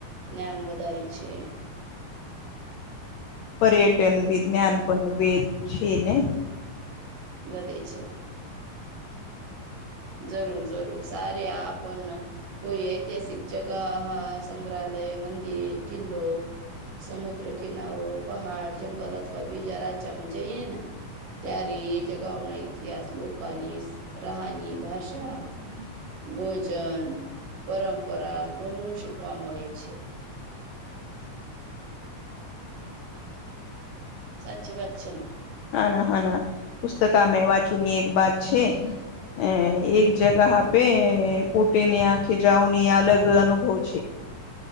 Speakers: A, on the right; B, on the left.
A: જ્ઞાન વધારે છે
B: પર્યટન વિજ્ઞાન પણ વેદ છે ને
A: વધે છે જરૂર જરૂર સારી આપણ કોઈ ઐતિહાસિક જગહ હા સંગ્રહાલય મંદિર કિલ્લો સમુદ્ર કિનારો પહાડ જંગલ અથવા બીજા રાજ જમ જઈ ને ત્યારે એ જગાઓ ના ઇતિહાસ લોકોની રાહાની ભાષા ભોજન પરંપરા ઘણું શીખવા મળે છે
B: <inaudible>
A: સાચી વાત છે ના
B: હા ના હા ના પુસ્તકમે વાંચુંની એક વાત છે એ એક જગા આપે પોટેને આંખે જાઉવની અલગ અનુભવ છે